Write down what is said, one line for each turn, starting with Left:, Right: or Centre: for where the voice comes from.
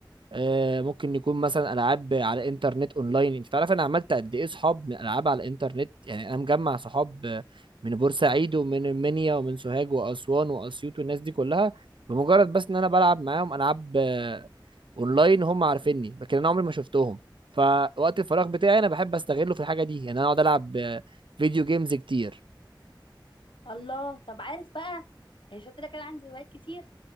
Right: آه، ممكن يكون مثلا العاب على انترنت اونلاين انت تعرف انا عملت قد ايه صحاب من العاب على الانترنت يعني انا مجمع صحاب آه، من بورسعيد ومن المنيا ومن سوهاج واسوان واسيوط والناس دي كلها بمجرد بس ان انا بلعب معاهم العاب آه، اونلاين هم عارفيني لكن انا عمري ما شفتهم فوقت الفراغ بتاعي انا بحب استغله في الحاجه دي يعني انا اقعد العب آه، فيديو جيمز كتير
Left: الله طب عارف بقى يعني شفت لك انا عندي هوايات كتير